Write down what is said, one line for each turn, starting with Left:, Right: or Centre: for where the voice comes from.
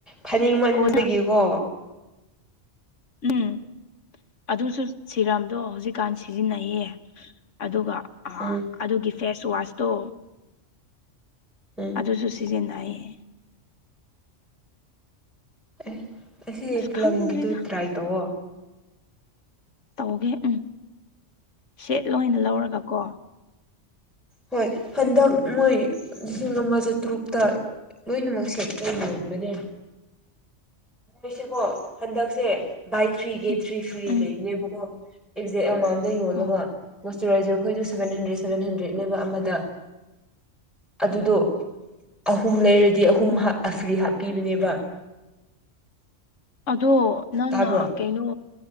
Centre: ꯐꯅꯦꯛ ꯃꯟꯕꯒꯤꯀꯣ
Left: ꯀꯣꯟꯅ ꯎꯝ ꯑꯗꯨꯁꯨ ꯁꯤꯔꯝꯗꯣ ꯍꯧꯖꯤꯛꯀꯥꯟꯁꯤ ꯁꯤꯖꯤꯟꯅꯩꯌꯦ ꯑꯗꯨꯒ
Centre: ꯎꯝ
Left: ꯑꯗꯨꯒꯤ ꯐꯦꯁ ꯋꯥꯁꯇꯣ
Centre: ꯎꯝ
Left: ꯑꯗꯨꯁꯨ ꯁꯤꯖꯤꯟꯅꯩꯌꯦ
Centre: ꯑꯦ ꯑꯁꯤ
Left: ꯑꯁ
Centre: ꯄꯂꯝꯒꯤꯗꯨ
Left: ꯈꯪꯗ꯭ꯔꯤꯗ
Centre: ꯇ꯭ꯔꯥꯏ ꯇꯧꯑꯣ
Left: ꯇꯧꯒꯦ ꯎꯝ ꯁꯦꯠ ꯂꯣꯏ ꯑꯣꯏꯅ ꯂꯧꯔꯒ ꯀꯣ
Centre: ꯍꯣꯏ ꯍꯟꯗꯛ ꯃꯣꯏ ꯂꯤꯁꯤꯡ ꯑꯃ ꯆꯇ꯭ꯔꯨꯛꯇ ꯂꯣꯏꯅꯃꯛ ꯁꯦꯠꯇ ꯑꯣꯏꯅ ꯌꯣꯟꯕꯅꯦ ꯅꯣꯏꯁꯤꯀꯣ ꯍꯟꯗꯛꯁꯦ ꯕꯥꯏ ꯊ꯭ꯔꯤ ꯒꯦꯠ
Left: ꯎꯝ
Centre: ꯊ꯭ꯔꯤ ꯐ꯭ꯔꯤ
Left: ꯎꯝ
Centre: ꯂꯩꯕꯅꯦꯕꯀꯣ ꯑꯦꯛꯖꯦꯛ ꯑꯦꯃꯥꯎꯟꯗ ꯌꯣꯜꯂꯒ
Left: ꯑꯣ
Centre: ꯖꯔꯈꯣꯏꯁꯨ ꯁꯦꯟꯟꯗ꯭ꯔꯦ ꯁꯚꯦꯟꯟꯗ꯭ꯔꯦ ꯑꯃꯗ ꯑꯗꯨꯗꯣ ꯑꯍꯨꯝ ꯂꯩꯔ ꯗꯤ ꯑꯍꯨꯝ
Left: ꯎꯝ
Centre: ꯐ꯭ꯔꯤ ꯍꯥꯞꯄꯤꯕꯅꯦꯕ
Left: ꯑꯗꯣ ꯅꯪꯅ
Centre: ꯇꯥꯕ꯭ꯔꯣ
Left: ꯀꯩꯅꯣ